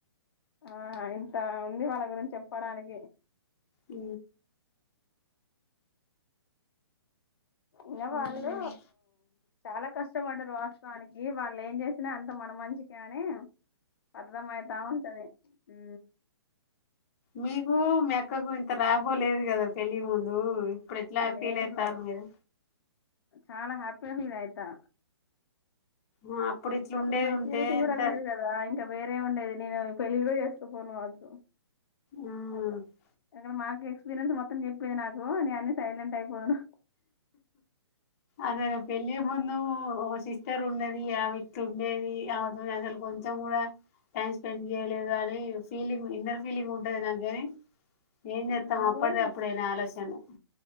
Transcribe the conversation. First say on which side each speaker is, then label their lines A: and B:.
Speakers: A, on the left; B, on the left.
A: ఆ ఇంత ఉంది వాళ్ళ గురించి చెప్పడానికి
B: అ
A: ఇకా
B: ఇగ
A: వాళ్ళు చాలా కష్టపడ్డారు వాస్తవానికి వాళ్ళు ఏం చేసినా అంత మన మంచిగా కాని అర్థం అవుతా ఉంటది అ
B: మీకు మీ అక్కకు ఇంత రాలాబో లేదు కదా పెళ్లి ముందు ఇప్పుడు ఎట్లా
A: లేదు
B: ఫీల్ అయితారు మీరు
A: చాలా హ్యాపీగా ఫీల్ అయితా
B: ఆ, ఇట్లా
A: అప్పుడు
B: ఉండేది
A: మెచ్యూరిటీ
B: ఉంటే
A: కూడా
B: ఎంత
A: లేదు కదా ఇంకా వేరే అరే ఉండేది నేను పెళ్ళిళ కూడా చేసుకోపోనువచ్చు
B: ఆ
A: అలా ఇక్కడ మాకు ఎక్స్పీరియన్స్ మొత్తం చెప్పేది నాకు నే అన్ని సైలెంట్ అయిపోదును
B: అసలు పెళ్ళే ముందు ఒక సిస్టర్ ఉండేది ఆమె ఇట్ ఉండేది ఆమెతో అసలు కొంచెం కూడా టైం స్పెండ్ చేయలేదు అని ఫీలింగ్ ఇన్నర్ ఫీలింగ్ ఉంటది నాకు కాని ఏం చేస్తాం
A: నాకు
B: అప్పటిదే
A: కూడా
B: అప్పుడయినా ఆలోచనలు